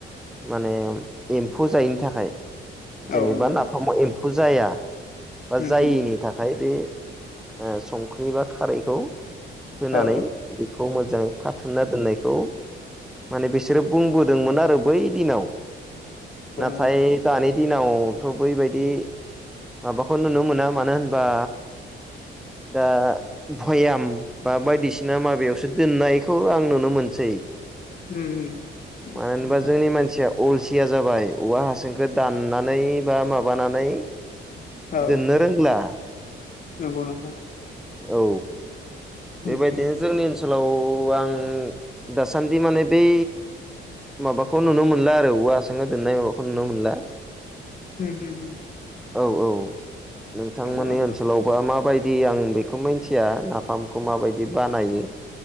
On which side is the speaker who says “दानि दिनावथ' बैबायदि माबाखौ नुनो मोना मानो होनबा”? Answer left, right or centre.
Centre